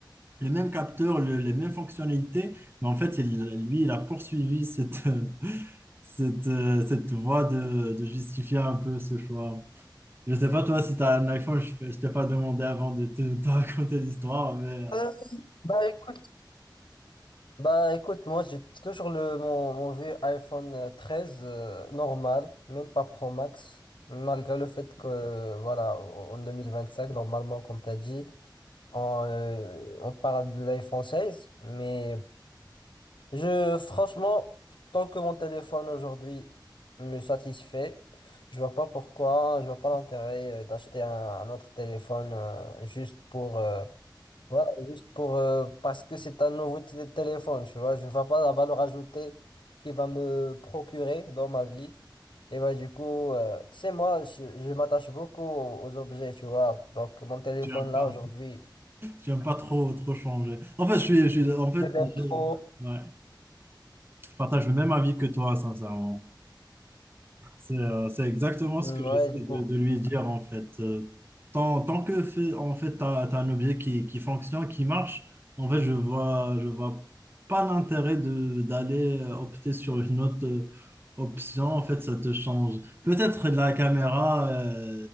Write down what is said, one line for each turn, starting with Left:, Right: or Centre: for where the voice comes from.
Right: le même capteur, le- les mêmes fonctionnalités, mais en fait, il, lui, il a poursuivi cette, <laughs> euh, cette, euh, cette voie de, de justifier un peu ce choix. Je sais pas, toi, si tu as un iPhone, je ne t'ai pas demandé avant de te, te raconter l'histoire, mais euh,
Left: Euh, bah écoute, bah écoute, moi j'ai toujours le mon, mon vieux iPhone euh, 13 euh, normal, même pas Pro Max, malgré le fait que euh, voilà, en en cinq normalement, comme t'as dit, on, euh, on parle de l'iPhone seize mais je franchement, tant que mon téléphone aujourd'hui me satisfait, je vois pas pourquoi, je vois pas l'intérêt euh, d'acheter un, un autre téléphone euh, juste pour. euh, Voilà, juste pour euh, parce que c'est un nouveau té- téléphone, tu vois, je ne vois pas la valeur ajoutée qu'il va me procurer dans ma vie. Et bah du coup, euh, tu sais, moi, je, je m'attache beaucoup aux, aux objets, tu vois. Donc mon téléphone
Right: tu n'aimes
Left: là
Right: pas,
Left: aujourd'hui,
Right: tu aimes pas trop, trop changer. En fait, je suis, je suis- en fait,
Left: je l'aime
Right: je,
Left: trop.
Right: ouais, je partage le même avis que toi, sincèrement. C'est euh, c'est exactement
Left: Mm,
Right: ce que j'essaie
Left: ouais, du coup,
Right: de, de lui dire en fait. Euh, tant, tant que fait, en fait, tu as, un objet qui, qui fonctionne, qui marche, en fait, je vois, je vois pas l'intérêt de d'aller euh, opter sur une autre euh, option. En fait, ça te change. Peut-être la caméra, euh,